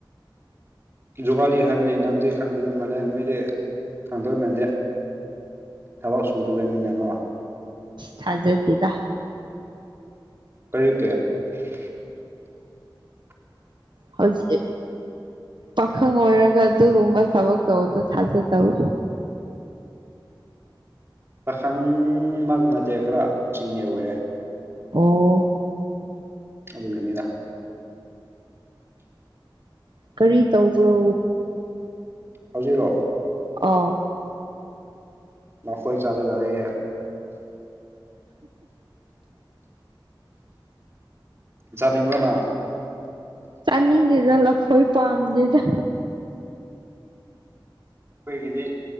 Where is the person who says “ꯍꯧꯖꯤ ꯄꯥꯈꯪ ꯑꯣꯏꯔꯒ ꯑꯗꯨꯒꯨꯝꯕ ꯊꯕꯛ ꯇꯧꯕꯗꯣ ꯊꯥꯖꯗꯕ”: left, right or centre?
Right